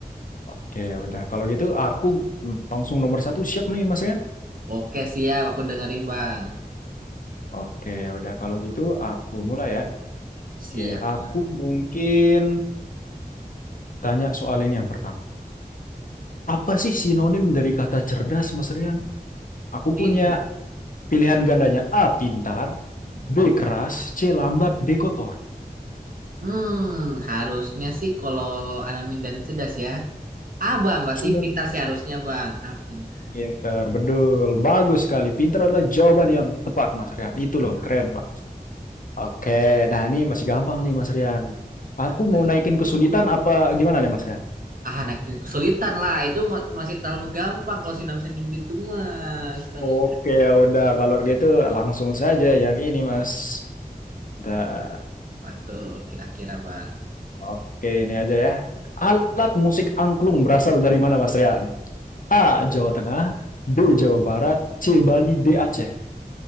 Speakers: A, on the left; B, on the right.
A: Oke, ya udah. Kalau gitu aku langsung nomor satu siap nih Mas Rian.
B: Oke siap, aku dengerin Bang.
A: Oke, ya udah. Kalau gitu aku mulai ya.
B: Siap
A: Oke,
B: Bang.
A: aku mungkin tanya soal ini yang pertama. Apa sih sinonim dari kata cerdas, Mas Rian? Aku
B: Tin.
A: punya pilihan gandanya. A. Pintar.
B: Hmm?
A: B. Keras. C. Lambat. D. Kotor.
B: Hmm, harusnya sih kalau anonim dari cerdas ya. Ah, Bang, berarti
A: Sinonim
B: pintar sih harusnya, Bang. Ah, pintar.
A: pintar. Betul. Bagus sekali. Pintar adalah jawaban yang tepat, Mas Rian. Itu
B: Ah,
A: loh. Keren, Pak. Oke. Nah, ini masih gampang nih, Mas Rian. Aku
B: Apa
A: mau
B: lagi?
A: naikin kesulitan apa gimana nih, Mas Rian?
B: Ah, anak kesulitan lah. Itu ma- masih terlalu gampang kalau sinam sendim gitu mah. Terlalu
A: Oke, udah. Kalau gitu langsung saja yang ini, Mas. Udah.
B: apa tuh kira-kira, Bang?
A: Oke, ini aja ya. Alat musik angklung berasal dari mana, Mas Rian? A. Jawa Tengah B. Jawa Barat C. Bali D. Aceh